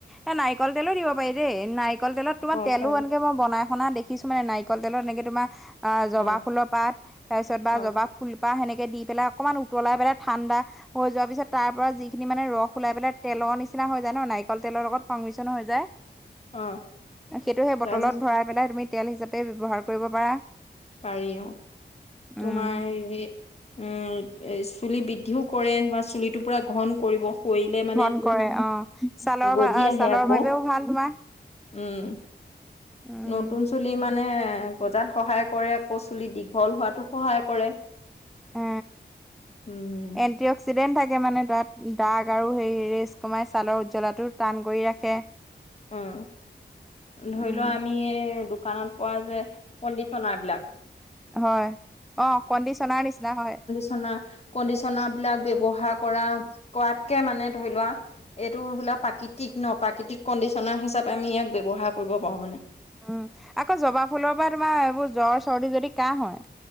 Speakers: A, in the centre; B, on the left.
A: এ নাৰিকল তেলো দিব পাৰি দেই। নাৰিকল তেলত তোমাৰ
B: অ
A: তেলো
B: পাৰি
A: এনেকে মই বনাই সনা দেখি কিছুমানে নাৰিকল তেলত এনেকে তোমাৰ জবাফুলৰ
B: অ
A: পাত তাৰপিছত বা
B: অ
A: জবা ফুল বা সেনেকে দি পেলাই অকমান উতলাই দি পেলাই ঠাণ্ডা হৈ যোৱাৰ পিছত তাৰ পৰা যিখিনি মানে ৰস ওলাই পেলাই তেলৰ নিচিনা হৈ যায় ন? নাৰিকল তেলৰ লগত সংমিশ্ৰণ হৈ যায়।
B: অ
A: সেইটো সেই
B: তাৰপিছত
A: বটলত ভৰাই পেলাই তুমি তেল হিচাপে ব্যৱহাৰ কৰিব পাৰা।
B: পাৰি অ',
A: উম
B: তোমাৰ <unintelligible> এ চুলি বৃদ্ধিও কৰে বা চুলিটো পুৰা ঘন কৰিব। সৰিলে মানে
A: ঘন কৰে অ ছালৰ
B: গজি আহে
A: ছালৰ
B: আকৌ।
A: বাবেও ভাল তোমাৰ
B: উম,
A: উম
B: নতুন চুলি মানে গজাত সহায় কৰে, আকৌ চুলি দীঘল হোৱাতো সহায় কৰে।
A: এ,
B: উম।
A: এন্টি-অক্সিডেন্ট থাকে মানে তাত। দাগ আৰু সেই ৰেচ কমাই, ছালৰ উজ্জ্বলতাটো টান কৰি ৰাখে।
B: উম,
A: উম
B: ধৰি লোৱা আমি এই দোকানত পোৱা যে কণ্ডিচনাৰ বিলাক
A: হয়, অঁ, কণ্ডিচনাৰ নিচিনা হয়।
B: কণ্ডিচনাৰবিলাক ব্যৱহাৰ কৰা-কৰাতকে মানে ধৰি লোৱা। এইটো <unintelligible> প্ৰাকৃতিক ন? প্ৰাকৃতিক কণ্ডিচনাৰ হিচাপে আমি ইয়াক ব্যৱহাৰ কৰিব পাৰো মানে।
A: উম, আকৌ জবা ফুলৰ পৰা তোমাৰ এইবোৰ জ্বৰ-চৰ্দি যদি কাহ হয়,